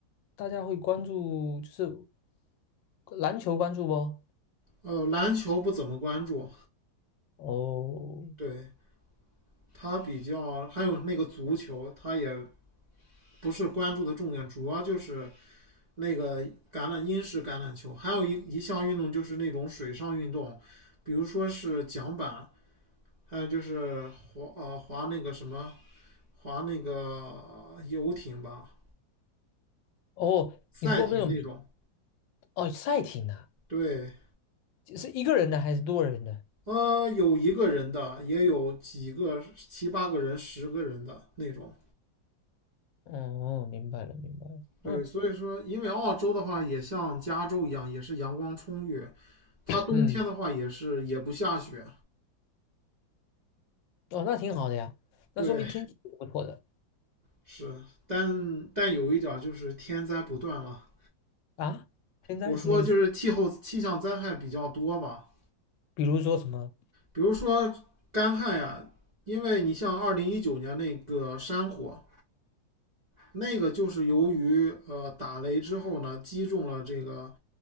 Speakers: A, on the left; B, on the right.
A: 大家会关注就是篮球关注不？
B: 呃，篮球不怎么关注，
A: 哦
B: 对他比较，还有那个足球，他也不是关注的重点，主要就是那个橄榄英式橄榄球，还有一一项运动就是那种水上运动，比如说是桨板，还有就是滑呃滑那个什么滑那个游艇吧，
A: 哦，
B: 赛艇那种，
A: 你是说那种哦赛艇啊，
B: 对。
A: 是一个人的还是多人的？
B: 呃，有一个人的，也有几个七八个人、十个人的那种。
A: 哦，明白了明白了，
B: 对，
A: 嗯
B: 所以说，因为澳洲的话也像加州一样，也是阳光充裕，它冬天的话也是也不下雪。
A: 嗯，哦，那挺好的呀，那说明天气不错的
B: 对，是，但但有一点儿就是天灾不断了。
A: 啊。天灾什么意思？
B: 我说就是气候气象灾害比较多吧，
A: 比如说什么？
B: 比如说干旱呀，因为你像二零一九年那个山火，那个就是由于呃打雷之后呢，击中了这个